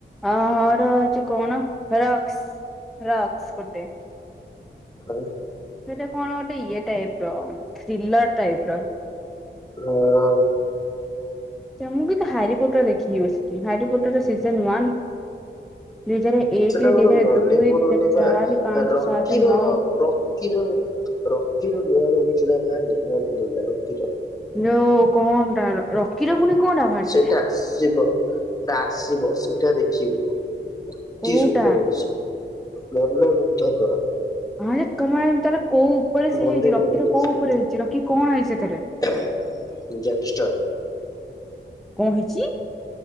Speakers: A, in the centre; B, on the left.
A: ଅ ହ ର ହଉଛି କଣ ରକ୍ସ ରକ୍ସ ଗୋଟେ।
B: ହାଲୋ
A: ସେଟା କଣ ଗୋଟେ ଇଏ ଟାଇପ ର ଥ୍ରିଲର ଟାଇପ ର।
B: ହଁ
A: ଆ ମୁଁ ବି ତ ହାରିପୋଟ ଦେଖିବି ବ ସେଠି ହାରିପୋଟ ର ସିଜନ ୱାନ୍ ଦୁଇ ହଜାର ଏକ
B: ସେଟା ମୋର
A: ଦୁଇ ହଜାର
B: ମନେ
A: ଦୁଇ
B: ପଡୁନି
A: ଦୁଇ ହଜାର ଚାରି
B: ବା।
A: ପାଞ୍ଚ
B: ରକିର
A: ସାତ ନଅ
B: ରକିର ରକିର ନୂଆ ମୁଭି ଚୁଡା ବା ନୂଆ ରକିର
A: ହୋ କଣ ଟା ରକିର ଭୁଣି କଣ ଟା ବାହାରିଛି
B: ସେଟା
A: ଯେ?
B: ଆସିବ ଆସିବ ସେଇଟା ଦେଖିବ।
A: କୋଉଟା
B: ଅତି ସୁନ୍ଦର ହେଇଛି ମନ ମୁୁଗ୍ଧ କର।
A: ହଁ ଯେ ତମେ ତାର କୋଉ ଉପରେ ସଏ
B: ମନେ
A: ହେଇଛି ରକ୍ଷିର
B: ପଡୁନି
A: କୋଉ ଉପରେ ହେଇଛି ରକ୍ଷି କଣ ହେଇଛି ସେଥିରେ?
B: ଗ୍ୟାଙ୍ଗଷ୍ଟାର
A: କ ହେଛି?